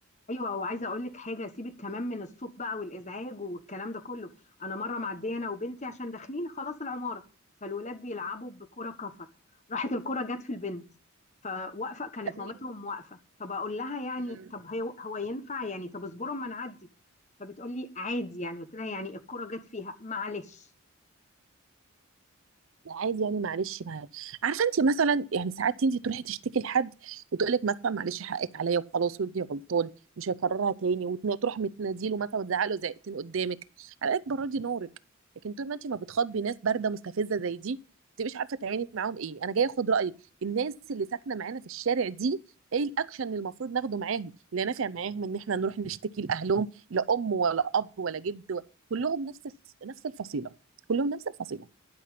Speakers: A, on the left; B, on the right.
A: ايوه وعايزه اقول لك حاجه سيبك كمان من الصوت بقى والازعاج والكلام ده كله انا مره معديه انا وبنتي عشان داخلين خلاص العماره فالولاد بيلعبوا بكره كفر راحت الكره جت في البنت فواقفه كانت
B: تمام
A: مامتهم واقفه فبقول لها يعني
B: مم.
A: طب هي- هو ينفع يعني طب اصبروا اما نعدي فبتقول لي عادي يعني قلت لها يعني الكره جت فيها معلش
B: عادي يعني معلش معايا عارفه انت مثلا يعني ساعات انت تروحي تشتكي لحد وتقول لك مثلا معلش حقك عليا وخلاص وابني غلطان مش هيكررها تاني وتروح متناديله مثلا وتزعله زعقتين قدامك على قد بردي نورك لكن طول ما انت ما بتخاطبي ناس بارده مستفزه زي دي ما تبقيش عارفه تعملي معاهم ايه انا جايه اخد رايك الناس اللي ساكنه معانا في الشارع دي ايه الاكشن اللي المفروض ناخده معاهم اللي نافع معاهم ان احنا نروح نشتكي لاهلهم لا ام ولا اب ولا جد ولا- كلهم نفس نفس الفصيله كلهم نفس الفصيله